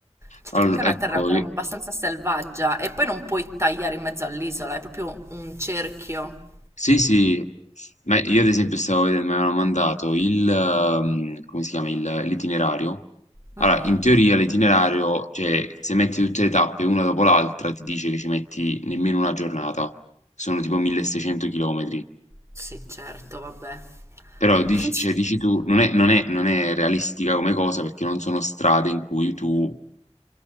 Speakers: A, on the right; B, on the left.
A: Cioè,
B: Allo
A: comunque
B: ecco
A: è una terra ancora
B: io
A: abbastanza selvaggia e poi non puoi tagliare in mezzo all'isola, è proprio un cerchio.
B: sì, sì, ma io ad esempio stavo veden mi avevano mandato il mhmm, come si chiama, il l'itinerario.
A: Mhm.
B: Allora, in teoria l'itinerario, cioè se metti tutte le tappe una dopo l'altra ti dice che ci metti nemmeno 1 giornata. Sono tipo 1600 chilometri.
A: Sì, certo, vabbè.
B: Però dici
A: <laughs>
B: cioè dici tu non è non è non è realistica come cosa perché non sono strade in cui tu,